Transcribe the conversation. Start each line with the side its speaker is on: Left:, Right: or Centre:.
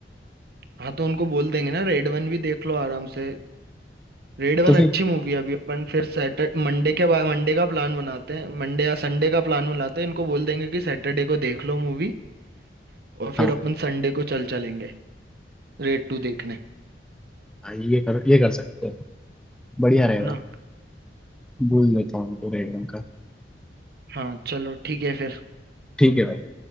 Right: हाँ तो उनको बोल देंगे ना रेड वन भी देख लो आराम से रेड
Centre: तो
Right: वन
Centre: फिर
Right: अच्छी मूवी है अभी अपन फिर सैटरडे मंडे के बाद मंडे का प्लान बनाते हैं मंडे या संडे का प्लान बनाते हैं इनको बोल देंगे कि सैटरडे को देख लो मूवी और फिर
Centre: हाँ
Right: अपन संडे को चल चलेंगे रेड टू देखने
Centre: हाँ ये कर ये कर सकते हैं बढ़िया रहेगा
Right: है ना
Centre: भूल लेता हूँ उनको रेड वन का
Right: हाँ चलो ठीक है फिर
Centre: ठीक है भाई